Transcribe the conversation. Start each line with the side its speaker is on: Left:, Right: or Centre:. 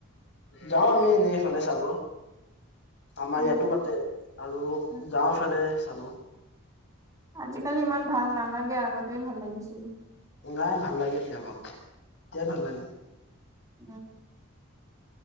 Left: যাওঁ আমি এনেয়ে এইফালে চাব। আমাৰ
Right: উম
Left: ইয়াতো পাতে আৰু
Right: উম
Left: যাওঁফালে চাব।
Right: আজিকালি ইমান ভাল নালাগে আগতে ভাল লাগিছিল।
Left: নাই ভাল লাগে এতিয়া মাক এতিয়াই ভাল লাগে।
Right: উম,